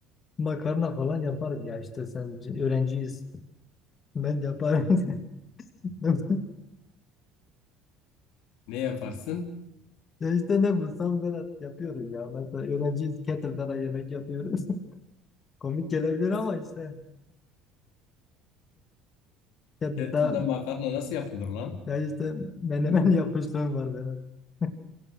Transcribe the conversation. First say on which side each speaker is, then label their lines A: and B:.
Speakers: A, on the left (about 35°); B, on the left (about 70°).
A: makarna falan yaparım ya işte sen öğrenciyiz. Ben yaparım. <laughs>
B: Ne yaparsın?
A: Ya işte ne bulsam Vedat yapıyorum ya. Mesela öğrenciyiz Kettle'da da yemek yapıyoruz. <laughs> Komik gelebilir
B: <laughs>
A: ama işte Kettle'da
B: Kettle'da makarna nasıl yapılır lan?
A: ya işte menemen <laughs> yapmışlığım var Vedat. <laughs>